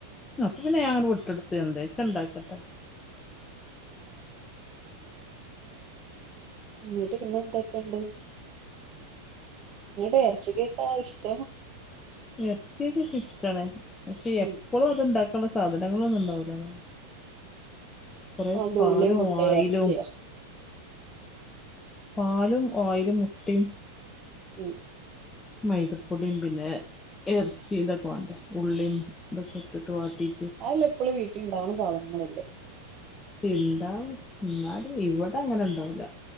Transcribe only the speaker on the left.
അപ്പൊ പിന്നെ ഞാൻ വിട്ടെടുത്ത് എന്താച്ചണ്ടാക്കട്ടെ.
എർച്ചികേക്കെ ഇഷ്ടാണ് പക്ഷെ
എപ്പളും അത്ണ്ടാക്കുള്ള സാധനങ്ങളൊന്നും ഉണ്ടാവുല. കൊറെ
പാലും
വായിലും
പാലും, ഓയിലും, മുട്ടിം
മൈദപ്പൊടിം പിന്നെ എർച്ചി ഇതൊക്കെ വാണ്ടേ ഉള്ളിം ഇതൊക്കെ ഇട്ട്ട്ട് വാട്ടി
ഇണ്ടാവും ഇന്നാലും ഇവടെ അങ്ങനെണ്ടാവുല.